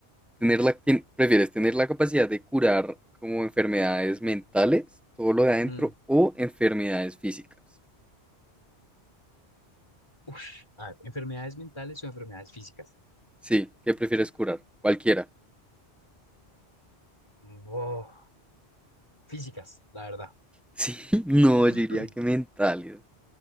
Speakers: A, in the centre; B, on the left.
A: Tener la, ten- ¿prefieres tener la capacidad de curar como enfermedades mentales, todo lo de adentro,
B: Mm.
A: o enfermedades físicas?
B: Ush. A ver, enfermedades mentales o enfermedades físicas.
A: Sí, ¿qué prefieres curar? Cualquiera.
B: Boh, Físicas, la verdad.
A: Sí, <laughs> no,
B: <clears throat>
A: yo diría que mentales.